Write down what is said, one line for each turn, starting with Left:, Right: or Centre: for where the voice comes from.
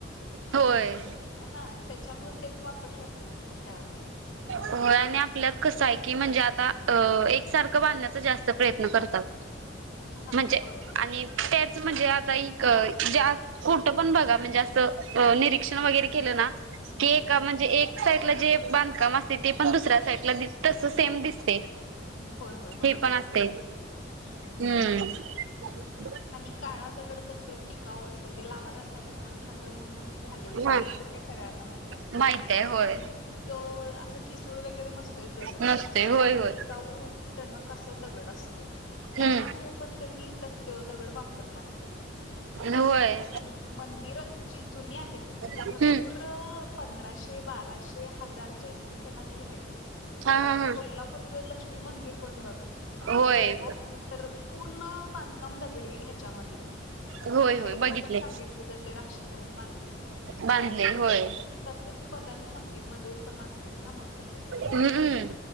Right: होय.
Left: हा त्याच्यामुळे तेच वापरले असतील मग त्यावेेळेला.
Right: हो आणि आपल्यात कसं आहे की म्हणजे आता एकसारखं बांधण्याचा जास्त प्रयत्न करतात.
Left: हा
Right: म्हणजे
Left: होय.
Right: आणि तेच म्हणजे आता एक ज्यात कुठं पण बघा म्हणजे असं निरीक्षण वगैरे केलं ना की
Left: हं,
Right: एक म्हणजे
Left: हं.
Right: एक साईड ला जे बांधकाम असते ते पण दुसऱ्या साईडला तस सेम दिसते.
Left: होय, होय.
Right: हे
Left: बरोबर
Right: पण
Left: आहे,
Right: असते,
Left: बरोबर आहे. हं.
Right: हम्म.
Left: आणि काळा दगड कस टिकावं असे ते लावार असत थंड होऊन झालेलं आहे
Right: हा
Left: हे तर का सगळ्यांना माहीत आहे
Right: माहित आहे होय
Left: आणि तो ठिसूळ वगैरे नसतोयच दगड
Right: नसते
Left: अगदी
Right: होय होय
Left: टिकाऊ टनक असं दगड असतयं. त्याच्यामुळे
Right: हम्म
Left: पण त्यांनी त्यो दगड वापरला असेल मग.
Right: होय
Left: आणि मंदिर जी जुनी आहेत म्हणजे
Right: हम्म
Left: भरपूर पंधराशे, बाराशे हजार इसवी सणातले आहेत
Right: हा
Left: सगळे
Right: हा
Left: आता
Right: हा
Left: कोल्हापूरच लक्ष्मी मंदिर पण बघा कधी
Right: होय
Left: गेला असेल तर पूर्ण बांध काम दगडी ह्याच्या मधलं आहे
Right: होय
Left: आख्यायिका
Right: होय बघितले
Left: पण सांगितली जाते राक्षसांनी बांधले म्हणून
Right: बांधलेय होय.
Left: तसच बदामी हंपीमध्ये पण असेल ना मग तसं काही तरी
Right: हम्म.